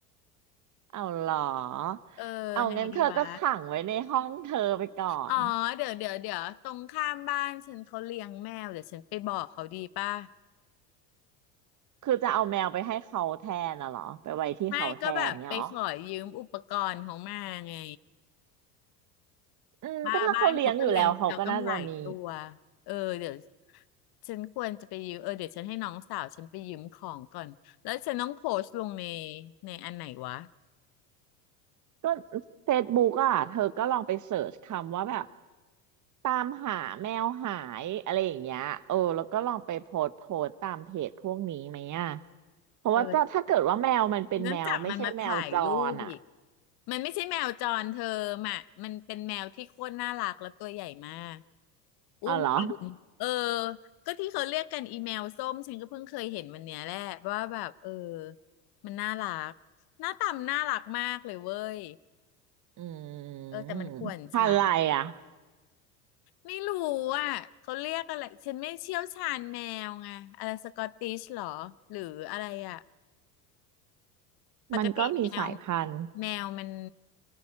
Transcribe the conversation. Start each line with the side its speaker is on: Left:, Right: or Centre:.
Right: <laughs> เอา <laughs> เหรอ
Left: เออไงดีวะ
Right: เอางั้นเธอก็ขังไว้ในห้องเธอไปก่อน
Left: อ๋อเดี๋ยวเดี๋ยวเดี๋ยวตรงข้ามบ้านฉันเขาเลี้ยงแมวเดี๋ยวฉันไปบอกเขาดีป่ะ
Right: คือจะเอาแมวไปให้เขาแทนน่ะเหรอไปไว้ที่เขาแทนเงี้ยเหรอ
Left: ไม่ก็แบบไปขอยืมอุปกรณ์เขามาไง
Right: อืมก็ถ้าเขาเลี้ยงอยู่แล้วเขาก็น่าจะมี
Left: มาบ้านเขาก็เลี้ยงแมวตั้งหลายตัวเออเดี๋ยวฉันควรจะไปยืมเออเดี๋ยวฉันให้น้องสาวฉันไปยืมของก่อนแล้วฉันต้องโพสต์ลงในในอันไหนวะ
Right: ก็เฟซบุ๊กอ่ะเธอก็ลองไปเสิร์ชคำว่าแบบตามหาแมวหายอะไรอย่างเงี้ยเออแล้วก็ลองไปโพสต์โพสต์ตามเพจพวกนี้ไหมอ่ะเพราะว่าจะถ้าเกิดว่าแมวมันเป็นแมวไม่ใช่แมวจรอ่ะ
Left: เออฉันต้องจับมันมาถ่ายรูปอีกมันไม่ใช่แมวจรเธอมะมันเป็นแมวที่โคตรน่ารักและตัวใหญ่มากอุ้มตีนเออ
Right: เอาเหรอ
Left: ก็ที่เขาเรียกกันอีแมวส้มฉันก็เพิ่งเคยเห็นวันเนี้ยแหละว่าแบบเออมันน่ารักหน้าตามนน่ารักมากเลยเว้ย
Right: <laughs> อืม
Left: เออแต่มันข่วนช้า
Right: พันธุ์อะไรอ่ะ
Left: ไม่รู้อ่ะเขาเรียกอะไรฉันไม่เชี่ยวชาญแมวไงอะไรสกอตติชหรอหรืออะไรอ่ะปกติแมว
Right: มันก็มีสายพันธุ์
Left: แมวมัน